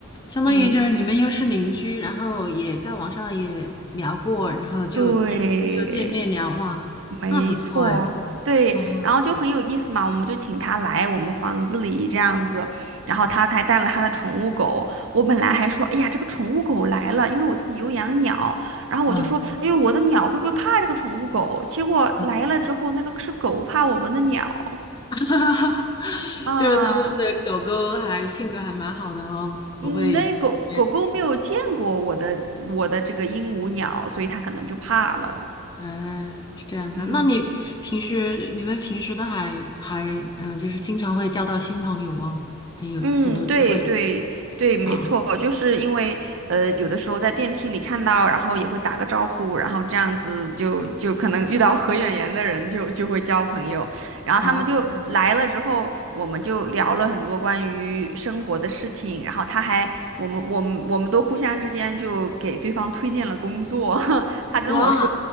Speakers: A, on the left; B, on the right.
A: 相当于就是你嗯们又是邻居，
B: 嗯，
A: 然后也在网上也聊过，然后就亲自又见面聊，
B: 对。
A: 哇，
B: 没错，
A: 那不错哎，
B: 对，
A: 嗯
B: 然后就很有意思嘛，我们就请他来我们房子里这样子，然后他还带了他的宠物狗。我本来还说，哎呀，这个宠物狗来了，因为我自己有养鸟，然后我就说，
A: 嗯，
B: 哎呦，我的鸟会不会怕这个宠物狗？结果来了之后，
A: 嗯
B: 那个是狗怕我们的鸟
A: <laughs>
B: 啊，
A: 就是他们的狗狗还性格还蛮好的哦，不会。
B: 嗯，但是狗狗狗没有见过我的我的这个鹦鹉鸟，
A: 怎么样。
B: 所以它可能就怕了，
A: 嗯，是这样子。
B: 嗯。
A: 那你平时你们平时都还还嗯、呃就是经常会交到新朋友哦，很有很多机会
B: 嗯，对对对，没错，
A: 啊
B: 就是因为呃，有的时候在电梯里看到，然后也会打个招呼，然后这样子就就可能遇到合眼缘的人就就会交朋友，然后他们就来了之后，
A: 啊
B: 我们就聊了很多关于生活的事情，然后他还我们我们我们都互相之间就给对方推荐了工作，<laughs> 他跟我说。
A: 哇